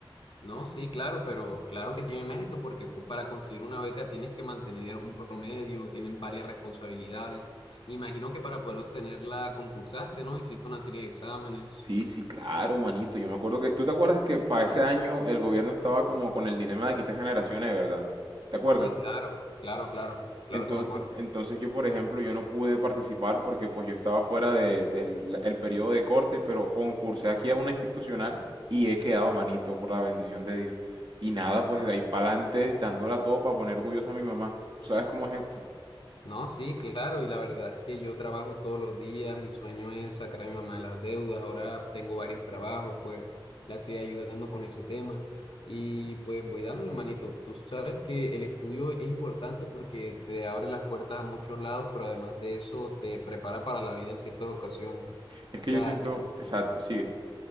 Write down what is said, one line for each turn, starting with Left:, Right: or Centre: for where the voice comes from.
Left: No, sí, claro, pero claro que tiene mérito porque cu- para conseguir una beca tienes que mantener un promedio, tienen varias responsabilidades. Imagino que para poder obtenerla concursaste, ¿no? Hiciste una serie de exámenes.
Right: Sí, sí, claro, manito. Yo me acuerdo que... ¿Tú te acuerdas que para ese año el gobierno estaba como con el dilema de quitar generaciones, de verdad? ¿Te acuerdas?
Left: Sí, claro, claro, claro, claro
Right: Enton-
Left: que me acuerdo.
Right: en- Entonces, yo, por ejemplo, yo no pude participar porque pues yo estaba fuera de- del la- el periodo de corte, pero concursé aquí a una institucional y he quedado manito por la bendición de Dios. Y nada,
Left: Ah,
Right: pues de ahí para adelante dándola todo para poner orgullosa a mi mamá. ¿Tú sabes cómo es esto?
Left: No, sí, claro, y la verdad es que yo trabajo todos los días, mi sueño es sacar a mi mamá de las deudas, ahora tengo varios trabajos, pues la estoy ayudando con ese tema y pues voy dándole manito. Tú sabes que el estudio es importante porque te abre las puertas a muchos lados, pero además de eso te prepara para la vida en ciertas ocasiones. O
Right: Es que
Left: sea,
Right: yo siento,
Left: y
Right: exacto, sí.